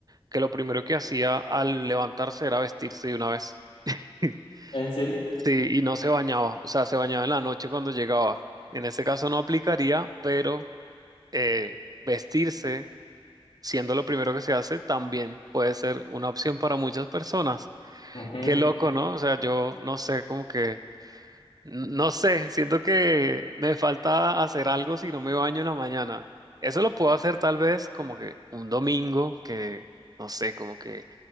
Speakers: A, on the right; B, on the left.
A: que lo primero que hacía al levantarse era vestirse de una vez. <laughs>
B: ¿En serio?
A: Sí, y no se bañaba, o sea, se bañaba en la noche cuando llegaba. En este caso no aplicaría, pero eh, vestirse, siendo lo primero que se hace, también puede ser una opción para muchas personas.
B: Ujú.
A: Qué loco, ¿no? O sea, yo no sé, como que, n- no sé, siento que me falta hacer algo si no me baño en la mañana. Eso lo puedo hacer tal vez como que un domingo que, no sé, como que